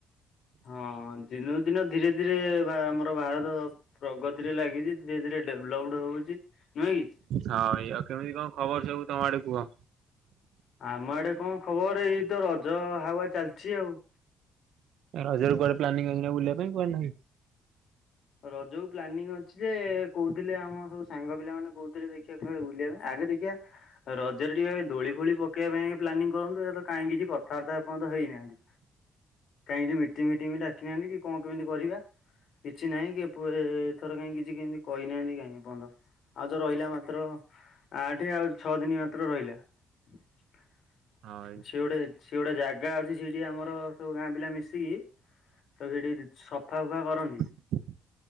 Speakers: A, on the left; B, on the right.
A: ହଁ ଦିନକୁ ଦିନ ଧୀରେ ଧୀରେ ବା ଆମର ଭାରତ ପ୍ରଗତିରେ ଲାଗିଛି ଧୀରେ ଧୀରେ ଡେଭଲପଡ ହଉଛି। ନୁହେଁ କି?
B: ହଁ ଏଇ ଆଉ କେମିତି କଣ ଖବର ସବୁ। ତମଆଡେ କୁହ?
A: ଆମ ଆଡେ କଣ ଖବର ଏଇ ତର ଜ ହାୱା ଚାଲିଛି ଆଉ।
B: ରଜରେ କୁଆଡେ ପ୍ଲାନିଂଅଛି ନା ବୁଲିବା ପାଇଁ କୁଆଡ ନାହିଁ।
A: ରଜକୁ ପ୍ଲାନିଂ ଅଛି ଯେ କୋଉଥିଲେ ଆମ ସବୁ ସାଙ୍ଗ ପିଲା ମାନେ କୋଉଥିଲେ ଦେଖିବାକୁ ସେତେବେଳେ ବୁଲିବା ପାଇଁ ଆଗେ ଦେଖିବା ରଜରେ ଟିକେ ଦୋଳି ଫୋଳି ପକେଇବା ପାଇଁ ପ୍ଲାନିଂ କରନ୍ତେ କାଇଁ କିଛି କଥାବାର୍ତ୍ତା ଏ ପର୍ଯ୍ୟନ୍ତ ହେଇନାହାନ୍ତି। କାଇଁ କିଛି ମିଟିଂ ଫିଟିଂ ବି ଡାକିନାହାନ୍ତି କି କଣ କେମିତି କରିବା କି ଛି ନାହିଁ ପୁଳେ ଏଥର କାଇଁ କଣ କହି ନାହାନ୍ତି କାଇଁ ଏପଯ୍ୟନ୍ତ ଆଉ ତ ରହିଲା ମାତ୍ର ଅଠେ ଆଉ ଛଅ ଦିନ୍ ମାତ୍ର ରହିଲା। <unintelligible>
B: ହଁ
A: ସେ ଗୋଟେ ସେ ଗୋଟେ ଜାଗା ଅଛି ସେଇ କିଏ ଆମର ସବୁ ଗାଁ ପିଲା ମିଶିକି ତ ସେଇଟି ସଫା ଫୁଫା କରନ୍ତି।
B: ହଁ